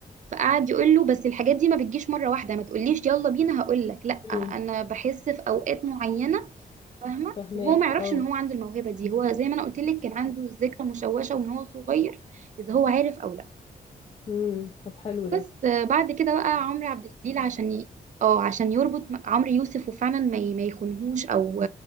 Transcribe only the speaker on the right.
فقعد يقول له بس الحاجات دي ما بتجيش مره واحده ما تقوليش يلا بينا هقول لك لا
انا بحس في اوقات معينه فاهمه
وهو ما يعرفش
ان هو عنده الموهبه دي هو زي ما انا قلت لك كان عنده ذكرى مشوشه وان هو صغير اذا هو عارف او لا
بس آه، بعد كده بقى عمرو عبد الجليل عشان ي... اه عشان يربط م- عمرو يوسف وفعلا ما ي... ما يخونهوش او